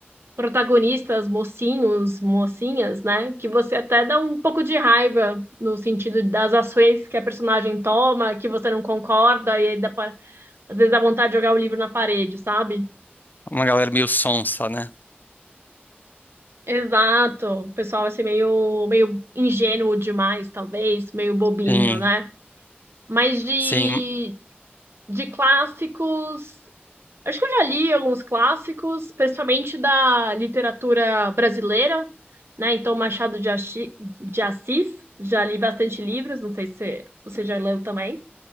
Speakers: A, on the right; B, on the left.
A: protagonistas, mocinhos, mocinhas, né? Que você até dá um pouco de raiva no sentido das ações que a personagem toma, que você não concorda, e aí dá pra- às vezes dá vontade de jogar o livro na parede, sabe?
B: Uma galera meio sonsa, né?
A: Exato. O pessoal vai meio, meio ingênuo demais, talvez, meio bobinho,
B: Sim,
A: né? Mas de,
B: sim.
A: de clássicos. Acho que eu já li alguns clássicos, principalmente da literatura brasileira, né? Então, Machado de Assi- de Assis, já li bastante livros, não sei se você você já leu também.